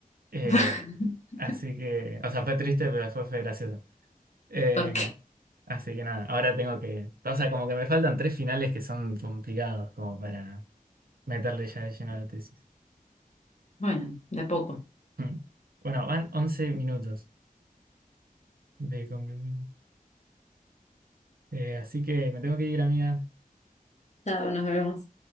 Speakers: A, on the right; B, on the left.
A: Eh,
B: <laughs>
A: Así que, o sea, fue triste, pero fue, fue gracioso. Eh,
B: Ok,
A: así que nada, ahora tengo que, o sea, como que me faltan tres finales que son complicados como para meterle ya de lleno a la tesis.
B: bueno, de a poco.
A: Mm. Bueno, van 11 minutos de conversación. Eh, así que me tengo que ir, amiga.
B: Chao, nos vemos.